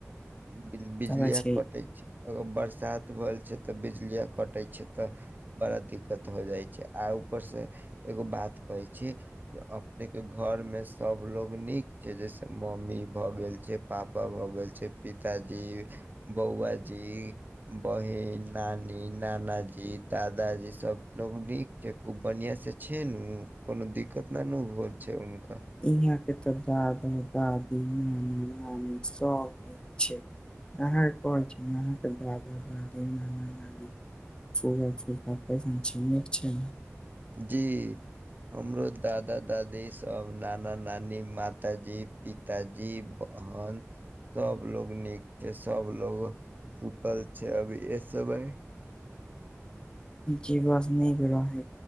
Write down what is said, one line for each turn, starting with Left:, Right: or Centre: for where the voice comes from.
Right: बि बिजलिया
Left: पता छै
Right: कटै छैय अगर बरसात भ गेल छैय त बिजलीया कटै छैय त बड़ा दिक्कत हो जाइ छैय आ ऊपरसँ एगो बात कहै छी अपनेके घरमे सबलोग नीक छैय जैसे मम्मी भ गेल छैय पापा भ गेल छैय पिताजी, बौआ जी बहिन, नानी, नानाजी, दादाजी सबलोग नीक जे खूब बढ़िया से छैय नु, कुनु दिक्कत ननु हुवय छैय उनका।
Left: इहाँ के त दादा, दादी, नाना, नानी सब नीक छैय। अहाँके कोन छी अहाँके दादा, दादी, नाना, नानी फूआ, फुफा कैसन छैय नीक छैय।
Right: जी। हमरो दादा, दादी सब नाना, नानी माताजी पिता ताजी, बहन सब लोग नीक छैय सब लोग सुतल छैय अभी ए सबय
Left: जी बस नीक रहै।